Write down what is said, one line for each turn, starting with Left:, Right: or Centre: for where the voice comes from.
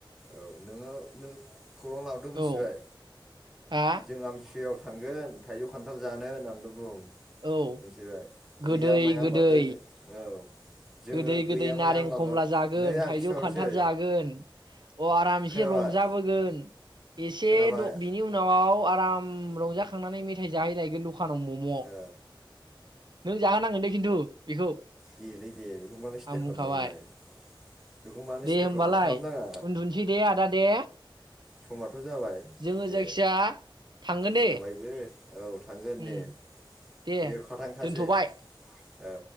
Centre: औ नोङो नों खौ खौरां लाबोदो मिथिबाय
Right: औ हा
Centre: जों आमथियाव थांगोन थाइजौ खान्थाल जानो होननानैल बुं।
Right: औ
Centre: मिनथिबाय
Right: गोदै
Centre: गैया माया
Right: गोदै
Centre: होन बाबोथाय नो औ। जोङो
Right: गोदै
Centre: गैया
Right: गोदै नारें
Centre: माया होनबाबो
Right: खमला जागोन
Centre: नै आं
Right: थाइजौ
Centre: खिन्थाहरसै
Right: खान्थाल जागोन। अ आरामसे
Centre: खोनाबाय
Right: रंजाबोगोन। एसे
Centre: खोनाबाय
Right: द बिनि उनाव आराम रंजाखांनानै मेथाइ जाहैलायगोन द खानाव मम।
Centre: औ
Right: नों जाहोनांगोन दे खिन्थु बेखौ।
Centre: देलै दे बेखौ मालाय सिन्था
Right: आं बुंखाबाय
Centre: खालामदों नोंलाय बेखौ मानो
Right: दे
Centre: सिन्था
Right: होमबालाय
Centre: खालामदों खालामनाङा।
Right: उन्दुनोसै दे आदा दे।
Centre: समथ जाबाय
Right: जोङो
Centre: दे
Right: जायखिया थांगोन
Centre: मोनाबायबो
Right: दे
Centre: औ थांगोन
Right: उम
Centre: दे
Right: दे
Centre: बियो खाथांखासै।
Right: दोनथ'बाय
Centre: औ।